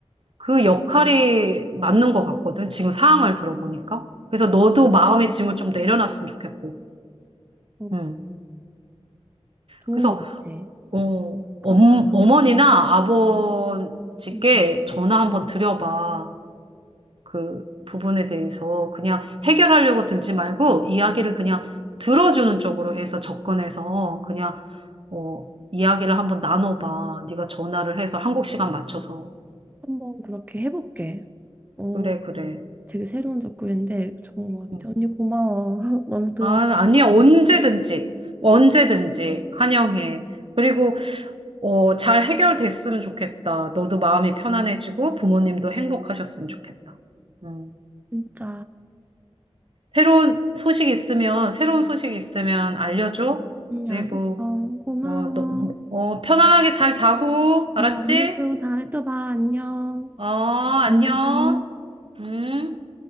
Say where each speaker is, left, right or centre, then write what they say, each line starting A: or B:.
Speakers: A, on the right; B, on the right.
A: 그 역할이 맞는 것 같거든. 지금 상황을 들어보니까. 그래서 너도 마음의 짐을 좀 내려놨으면 좋겠고.
B: 어,
A: 음.
B: 좋은
A: 그래서
B: 것 같아.
A: 어, 엄,
B: 그렇게 생각
A: 어머니나
B: 안 해봤는데.
A: 아버지께
B: 음,
A: 전화 한번 드려봐. 그 부분에 대해서 그냥 해결하려고 들지 말고 이야기를
B: 음.
A: 그냥 들어주는 쪽으로 해서 접근해서 그냥 어, 이야기를 한번 나눠봐. 네가 전화를 해서 한국 시간 맞춰서.
B: 한번 그렇게 해볼게. 어,
A: 그래, 그래.
B: 되게 새로운 접근인데 좋은 것
A: 응.
B: 같아. 언니 고마워. <laughs> 너무 도움,
A: 아, 아니야. 언제든지, 언제든지
B: 어,
A: 환영해. 그리고, 어, 잘 해결됐으면 좋겠다. 너도 마음이 편안해지고 부모님도 행복하셨으면 좋겠다. 음.
B: 진짜.
A: 새로운 소식 있으면, 새로운 소식 있으면 알려줘.
B: 응
A: 그리고,
B: 알겠어. 고마워.
A: 어, 너, 어, 편안하게 잘 자고, 알았지?
B: 어, 언니도 다음에 또 봐. 안녕.
A: 어, 안녕.
B: 음.
A: 음.